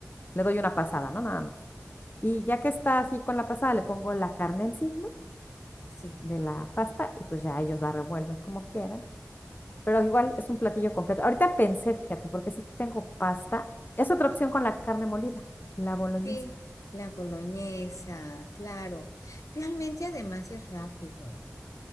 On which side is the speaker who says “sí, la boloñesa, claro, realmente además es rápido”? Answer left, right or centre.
Left